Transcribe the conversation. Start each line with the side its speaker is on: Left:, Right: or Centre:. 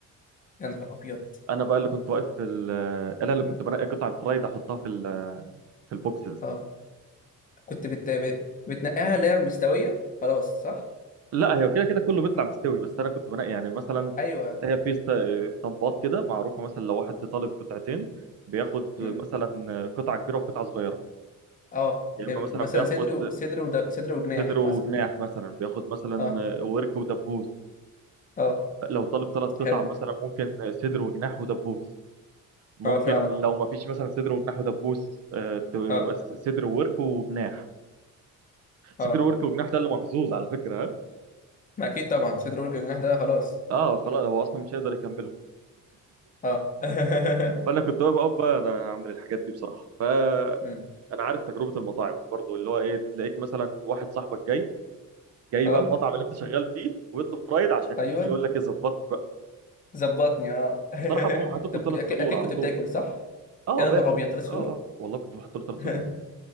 Left: يا نهار ابيض
Right: انا بقى اللي كنت واقف في ال- انا اللي
Left: م.
Right: كنت بنقي قطع الفرايد احطها في ال- في البوكسز
Left: اه كنت بت... بت- بتنقيها اللي هي مستويه خلاص صح
Right: لا هي كده كده كله بيطلع مستوي بس انا كنت بنقي يعني مثلا
Left: ايوه
Right: هي في است- اسطمبات كده معروفه مثلا لو واحد طالب قطعتين بياخد مثلا
Left: م.
Right: قطعه كبيره وقطعه صغيره
Left: اه
Right: يا اما
Left: يعني
Right: مثلا
Left: بيبقى مثلا
Right: بياخد
Left: صدر و... صدر وده... صدر وجناح
Right: صدر وجناح
Left: مثلا
Right: مثلا بياخد مثلا
Left: اه
Right: ورك ودبوس
Left: اه
Right: لو طالب ثلاث قطع
Left: حلو
Right: مثلا ممكن صدر وجناح ودبوس ممكن
Left: اه فعلا
Right: لو ما فيش مثلا صدر وجناح ودبوس آه، تبقى
Left: اه
Right: س- صدر وورك وجناح
Left: اه
Right: صدر وورك وجناح ده اللي محظوظ على فكره ها
Left: ما اكيد طبعا صدر ورك الجناح ده خلاص
Right: اه خلاص هو اصلا مش هيقدر يكمله
Left: اه <laughs>
Right: فانا كنت بقى بقى بقى انا هعمل الحاجات دي بصراحه فانا
Left: أمم.
Right: عارف تجربه المطاعم برضو اللي هو ايه تلاقيك مثلا واحد صاحبك جاي جاي
Left: اه
Right: بقى المطعم اللي انت شغال فيه ويطلب فرايد عشان
Left: ايوه
Right: يجي يقول لك ايه ظبطت بقى
Left: ظبطني اه <laughs>
Right: بصراحه بقوم حاطط
Left: طب
Right: له ثلاث
Left: كنت اكيد
Right: صدور
Left: اكيد
Right: على
Left: كنت
Right: طول
Left: بتاكل صح
Right: اه
Left: يا
Right: باكل
Left: نهار ابيض ثلاث صدور
Right: اه اه والله كنت بحط له ثلاث
Left: <laughs>
Right: صدور